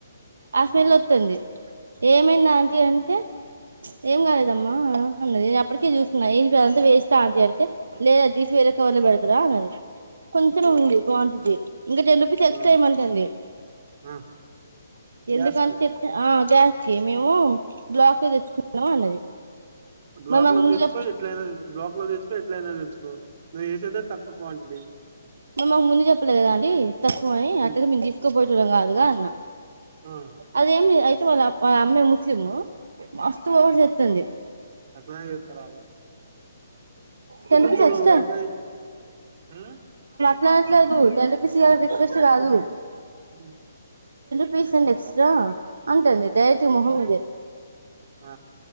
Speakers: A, on the right; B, on the right.
A: ఆ స్మెల్ వస్తుంది ఏమైంది ఆంటీ అంటే ఏం కాలేదమ్మా అన్నది నేను ఎప్పటికే చూసున్నా ఏంంతా వేస్తా ఆంటీ అంటే లేద ద తీ స వేర కావాల బడతుంది రాన్నది కొంచెం
B: ఓకే
A: ఉంది క్వాంటిటీ ఇంకా టెన్ రూపీస్ ఎక్స్ట్రా
B: ఆ
A: ఏమంటంది
B: ఆ గ్యాస్
A: ఎందు కాని
B: కి
A: చెప్తే జస్కి మేము బ్లాక్లు తెచ్చుకున్నాాం అన్నది
B: బ్లాక్
A: మరి మాకు
B: లో
A: ముందు
B: తెచ్చుకో
A: చెప్
B: ఎట్లయి తే బ్లాక్ లో తెచ్చుకో ఎట్లయినా తెచ్చుకో నువ్వు చేసేదా తక్కువ క్వాంటిటీ
A: నువ్ మాకు ముందు చెప్పలే కదా అండి తక్కువ అని అట్టనే
B: ఉమ్,
A: మేము తీసుకోపోయొటోళ్ళం కాదుగా అన్నా
B: ఆ
A: అదేమ్ లే <unintelligible> వాల్ వాళ్ళ అమ్మె ముస్లిము మస్తు ఓవర్ చెత్తుంది.
B: అట్లనే చెతారు ఆళ్ళు <unintelligible>
A: టెన్ రూపీస్ ఎక్స్ట్రా ప్లాట్ ట్లేదు టెన్ రూపీస్ ఇయ్యాలని రిక్వెస్ట్ కాదు.
B: ఆ
A: ఫీస్ అండ్ ఎక్సట్రా అంతే అండీ. డైరెక్టలీ మొహం మీదే
B: ఆ